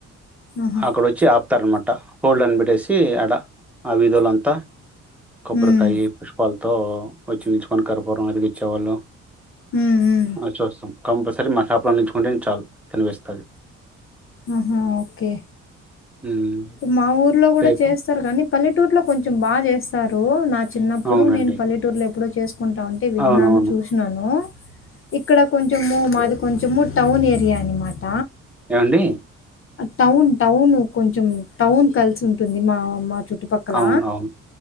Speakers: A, on the left; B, in the centre.
A: ఆహా
B: అక్కడ వచ్చి ఆపుతారనమాట హోల్డ్ అని పెట్టేసి అడ ఆ విధులంతా కొబ్బరి
A: ఉమ్
B: కాయి పుష్పాల తో వచ్చి మచుకొని కరపరం ఎరికి ఇచ్చేవాళ్ళు
A: ఉమ్ ఉమ్
B: అ చూస్తాం కంపల్సరీ మా షాప్లో నిచుకుంటే చాలు కనిపిస్తది
A: ఆహా ఓకే
B: హ్మ్.
A: మా ఊర్లో కూడా
B: రేపు
A: చేస్తారు కానీ పల్లెటూరులో కొంచెం బాగా చేస్తారు నా చిన్నప్పుడు
B: అవునండి.
A: నేను పల్లెటూరులో ఎప్పుడో చేసుకు కుంటాంటే విన్నాను
B: అవునవును.
A: చూసినను ఇక్కడ కొంచము మాది కొంచము టౌన్ ఏరియా అనమాట
B: ఏవండీ?
A: టౌన్ టౌన్ కొంచెం టౌన్ కలిసి ఉంటుంది మా మా చుట్టూ చుట్టుపక్కల
B: అవునవును.